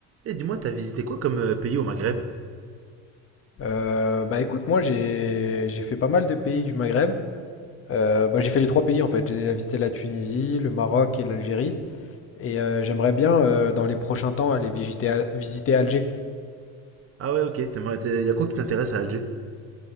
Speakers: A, on the right; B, on the left.
A: Et dis-moi, t'as visité quoi comme euh, pays au Maghreb?
B: Euh, bah écoute, moi j'ai j'ai fait pas mal de pays du Maghreb. Euh, bah, j'ai fait les trois pays en fait. J'ai déjà visité la Tunisie, le Maroc et l'Algérie. Et euh, j'aimerais bien euh, dans les prochains temps aller visiter, Al- visiter Alger.
A: Ah ouais, ok. T'aimerais, t'es- y a quoi qui t'intéresse à Alger?